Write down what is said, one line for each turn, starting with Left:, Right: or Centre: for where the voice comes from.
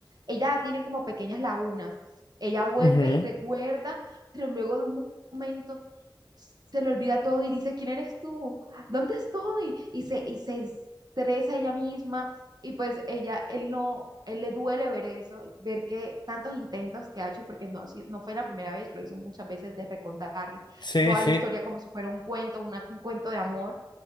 Right: ella tiene como pequeñas lagunas. Ella vuelve
Left: ujú.
Right: y recuerda, pero luego de un momento se le olvida todo y dice, ¿quién eres tú? ¿Dónde estoy? Y se, y se estresa ella misma y pues ella, él no, él le duele ver eso, ver que tantos intentos que ha hecho, porque no, ha sido- no fue la primera vez, lo hizo muchas veces de recordarle
Left: Sí,
Right: toda
Left: sí.
Right: la historia como si fuera un cuento, una- un cuento de amor,